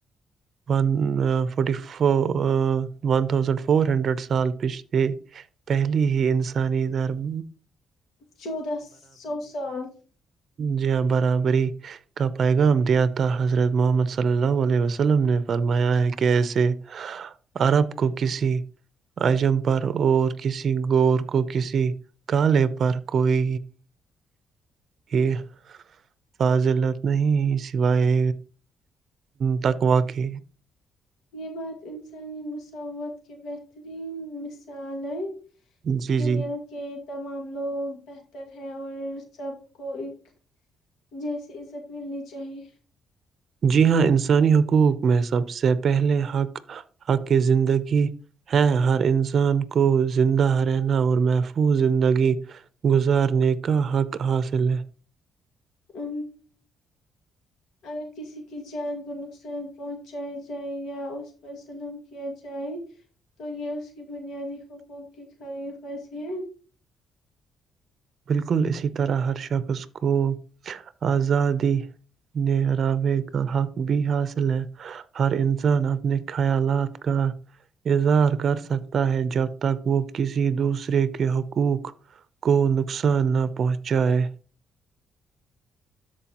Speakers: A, on the right; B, on the left.
A: ون فورٹی ف ون تھاؤزینڈ فور ہنڈریڈ سال پچھل پہلی ہی انسانی دھرم
B: چودودہ سو سال
A: جیا برابری کا پیغام دیا تھا حضرت محمد صلی اللہ علیہ وسلم نے فرمایا ہے کہ ایسے عرب کو کسی اجم پر اور کسی گور کو کسی کالے پر کوئی یہ فاضلت نہیں سوائے تک واقع
B: یہ بات انسانی مسوت کی بہترین مثال ہے
A: جی
B: دنیا
A: جی
B: کے تمام لوگ بہتر ہے اور سب کو ایک جیسی عزت ملنی چاہیے
A: جی ہاں انسانی حقوق میں سب سے پہلے حق حق زندگی ہے ہر انسان کو زندہ رہنا اور محفوظ زندگی گزارنے کا حق حاصل ہے
B: ا اگر کسی کی جان کو نقصان پہنچیا جائے یا اس پر ظلم کیا جائے تو یہ اس کی بنیادی ح وہک کھائیے پس یہ
A: بالکل اسی طرح ہر شخص کو آزادی نےاوے کا حق بھی حاصل ہے ہر انسان اپنے خیالات کا اظہار کر سکتا ہے جب تک وہ کسی دوسرے کے حقوق کو نقصان نہ پہنچائے